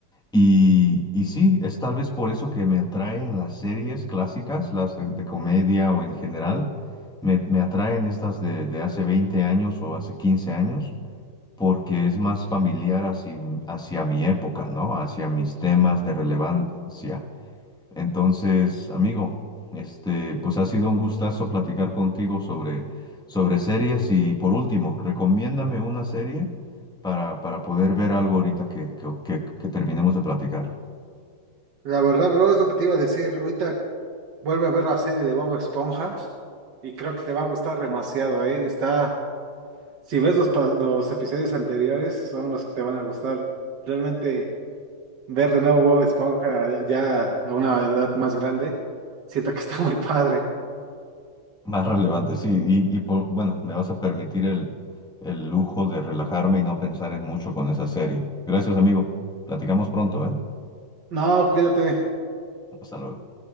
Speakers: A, in the centre; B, on the right.
A: Y, y sí, es tal vez por eso que me atraen las series clásicas, las de, de comedia o en general. Me, me atraen estas de, de hace 20 años o hace 15 años, porque es más familiar hacia, hacia mi época, ¿no? Hacia mis temas de relevancia. Entonces, amigo, este, pues ha sido un gustazo platicar contigo sobre, sobre series y por último, recomiéndame una serie para, para poder ver algo ahorita que, que, que- que terminemos de platicar.
B: La verdad, bro, es lo que te iba a decir. Ahorita vuelve a ver la serie de Bob Esponja y creo que te va a gustar demasiado, ¿eh? Está, si ves los, pa- los episodios anteriores, son los que te van a gustar. Realmente ver de nuevo Bob Esponja ya ya a una edad más grande, siento que está muy padre.
A: Más relevante, sí, y, y por, bueno, me vas a permitir el, el lujo de relajarme y no pensar en mucho con esa serie. Gracias, amigo. Platicamos pronto, ¿eh?
B: No, cuídate.
A: Hasta luego.